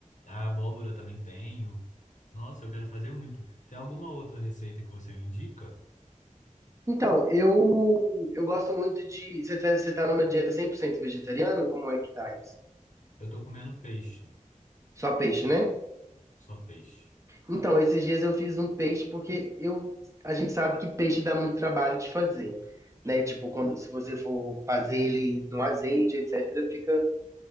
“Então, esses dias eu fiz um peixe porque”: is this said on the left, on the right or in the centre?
Right